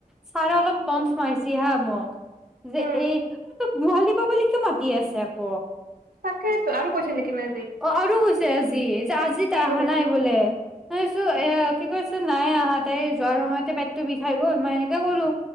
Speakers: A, in the centre; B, on the right.
A: ছাৰে অলপ
B: উম
A: টন্ঠ মাৰিছি হা নক যে
B: উম
A: এই তোক গোহালি দিবা বুলি কিয় মাতি আছে আক
B: তাকেই টো আৰু কৈছিল নেকি আজি
A: অ আৰু কৈছে আজি যে আজি
B: কি
A: অহা
B: বোলে
A: নাই বোলেছো এ কি কৈছে নাই আহা তাই যোৱাৰ সময়তে পেটটো বিষাই গ'ল মই সেনেকে কৰলো